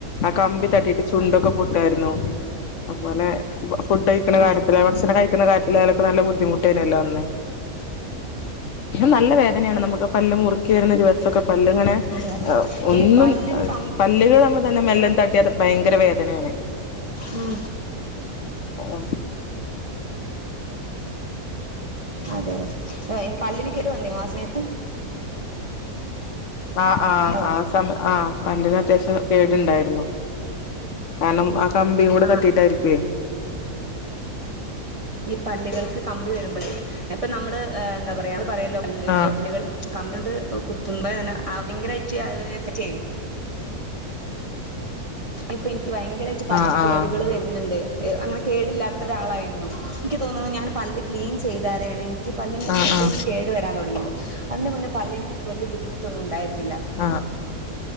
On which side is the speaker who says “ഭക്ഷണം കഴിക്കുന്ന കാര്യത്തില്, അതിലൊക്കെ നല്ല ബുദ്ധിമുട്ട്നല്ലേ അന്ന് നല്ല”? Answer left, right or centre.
Left